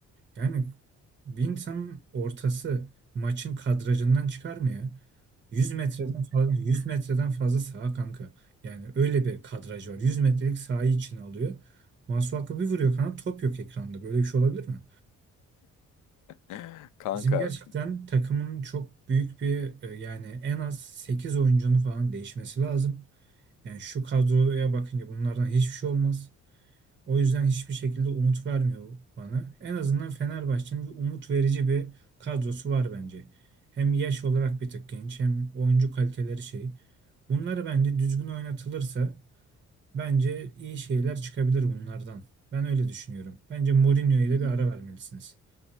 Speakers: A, on the right; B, on the left.
A: Yani bir insanın ortası maçın kadrajından çıkar mı ya? 100 metreden fazla 100 metreden fazla saha kanka. Yani öyle bir kadraj var. yüz metrelik sahayı içine alıyor. Masuaku bir vuruyor kanka top yok ekranda. Böyle bir şey olabilir mi?
B: <laughs> Kanka
A: Bizim gerçekten takımın çok büyük bir e, yani en az 8 oyuncunun falan değişmesi lazım. Yani şu kadroya bakınca bunlardan hiçbir şey olmaz. O yüzden hiçbir şekilde umut vermiyor bana. En azından Fenerbahçe'nin bir umut verici bir kadrosu var bence. Hem yaş olarak bir tık genç hem oyuncu kaliteleri şey. Bunları bence düzgün oynatılırsa bence iyi şeyler çıkabilir bunlardan. Ben öyle düşünüyorum. Bence Mourinho'ya da
B: i-
A: bir ara vermelisiniz.